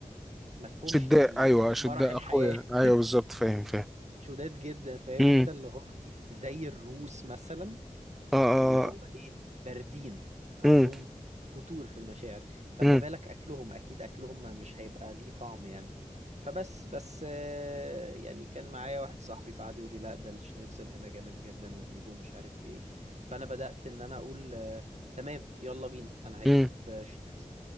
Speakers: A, on the right; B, in the centre.
A: مفهومش
B: شداء ايوه شداء
A: مرح الحياة
B: اخويا
A: <laughs>
B: ايوه بالظبط فاهم فاهم
A: شداد جدا فاهم
B: امم
A: انت اللي هو ايه زي الروس مثلا
B: اه اه
A: اللي هو ايه باردين عندهم
B: امم
A: فتور في المشاعر فما
B: امم
A: بالك أكلهم أكيد أكلهم مش هيبقى ليه طعم يعني فبس بس آه، يعني كان معايا واحد صاحبي فقعد يقول لي لا ده الشنيتزل هنا جامد جدا وجيبه مش عارف ايه فأنا بدأت إن أنا أقول آه، تمام يلا بينا أنا هجيب
B: امم
A: شنيتزل